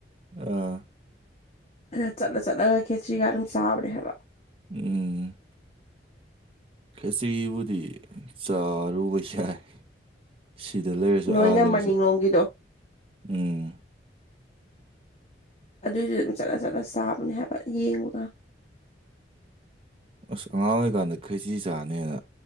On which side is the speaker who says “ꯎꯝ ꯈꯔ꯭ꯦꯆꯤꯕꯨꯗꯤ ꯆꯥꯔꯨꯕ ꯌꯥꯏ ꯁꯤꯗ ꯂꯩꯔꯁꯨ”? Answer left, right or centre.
Right